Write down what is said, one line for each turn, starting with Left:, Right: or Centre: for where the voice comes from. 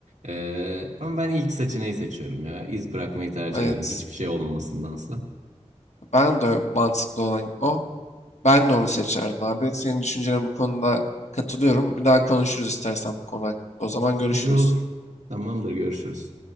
Right: Ee, ama ben ilk seçeneği seçiyorum ya. İz bırakmayı tercih
Left: Evet.
Right: ederim. Hiçbir şey olmamasındansa.
Left: Ben de mantıklı olan o. Ben de onu seçerdim abi. Senin düşüncene bu konuda katılıyorum. Bir daha konuşuruz istersen bu konu hakkında. O zaman görüşürüz.
Right: Olur olur. Tamamdır, görüşürüz.